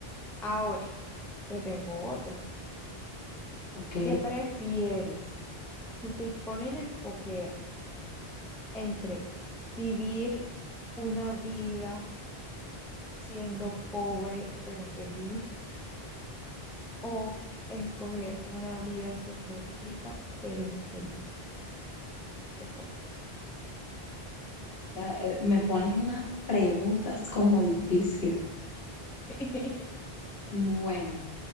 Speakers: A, in the centre; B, on the left.
A: Ahora te tengo otro.
B: ¿ok?
A: ¿Qué prefieres? Si te ponen a escoger entre vivir una vida siendo pobre pero feliz o escoger una vida siendo rica pero infeliz, ¿qué escoges?
B: Ta- eh, Me pones unas preguntas como difícil.
A: <laughs>
B: Bueno,